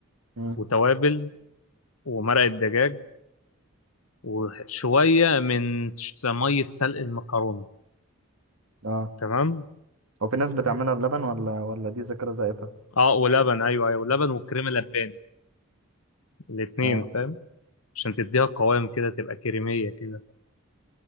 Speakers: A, on the right; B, on the left.
A: مم.
B: وتوابل ومرقه دجاج وشويه من ش- ميه سلق المكرونه
A: اه
B: تمام
A: هو في ناس بتعملها بلبن ولا ولا دي ذاكرة زائفة
B: اه ولبن ايوه ايوه ولبن وكريمه لباني الاتنين
A: اه
B: فاهم عشان تديها قوام كده تبقى كريميه كده